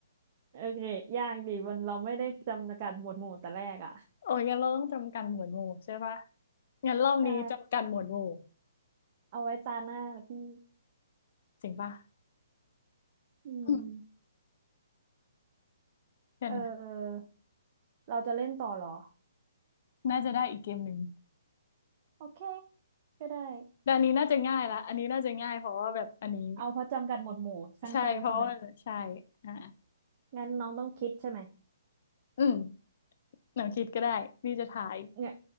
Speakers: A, on the right (about 40°); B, on the left (about 50°).
A: โอเคยากดีมันเราไม่ได้จำกัดหมวดหมู่แต่แรกอ่ะ
B: โอ้ยงั้นเราต้องจำกัดหมวดหมู่ใช่ปะงั้นรอบนี้จำกัดหมวดหมู่
A: ใช่เอาไว้ตาหน้านะพี่
B: จริงปะ
A: อืม
B: อืมเดี๋ยวนะ
A: เออเราจะเล่นต่อเหรอ
B: น่าจะได้อีกเกมหนึ่ง
A: โอเคก็ได้
B: แต่อันนี้น่าจะง่ายละอันนี้น่าจะง่ายเพราะว่าแบบอันนี้
A: เอาเพราะจำกัดหมวดหมู่สั้นๆใช่ไหม
B: ใช่เพราะว่าใช่อ่า
A: งั้นน้องต้องคิดใช่ไหม
B: อืมหนังคิดก็ได้นี่จะถ่าย
A: เนี่ย